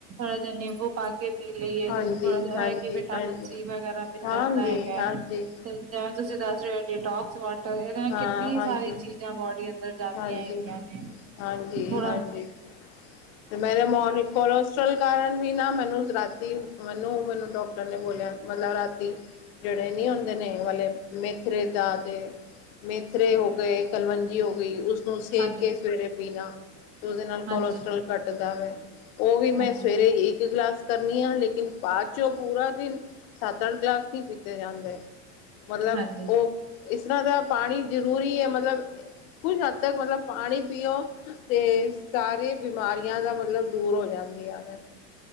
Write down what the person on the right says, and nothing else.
ਥੋੜ੍ਹਾ ਜਿਹਾ ਨਿੰਬੂ ਪਾ ਕੇ ਪੀ ਲਈਏ
ਤੇ ਥੋੜ੍ਹਾ ਜਿਹਾ
ਇਹ ਕਿ ਵਿਟਾਮਿਨ
ਸੀ ਵਗੈਰਾ ਮਿਲ
ਜਾਂਦਾ ਹੈਗਾ।
ਜਿਵੇਂ ਤੁਸੀਂ ਦੱਸ ਰਹੇ ਹੋ ਡਿਟੋਕਸ ਵਾਟ ਇਹਦੇ ਨਾਲ
ਕਿੰਨੀ
ਸਾਰੀ ਚੀਜ਼ਾਂ ਬੋਡੀ ਅੰਦਰ ਜਾਂਦੀਆਂ
ਹੈਗੀਆਂ ਨੇ।
ਥੋਰਾ
ਹਾਂਜੀ
ਹਾਂਜੀ
ਹਾਂਜੀ
ਹਾਂਜੀ,